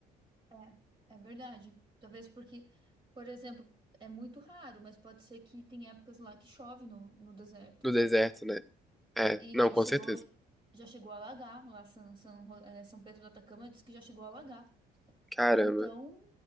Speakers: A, on the right; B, in the centre.
A: É é verdade. Talvez porque, por exemplo, é muito raro, mas pode ser que tem épocas lá que chove no, no deserto.
B: no deserto, né? É,
A: E,
B: não, com
A: e chegou,
B: certeza.
A: já chegou a alagar lá São, São, Ro- eh, São Pedro do Atacama diz que já chegou a alagar.
B: Caramba.
A: Então,